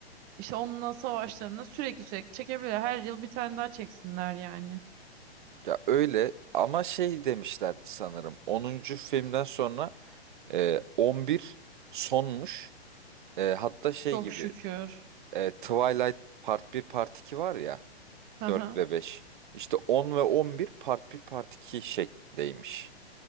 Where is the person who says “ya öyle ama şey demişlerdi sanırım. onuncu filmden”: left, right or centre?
Right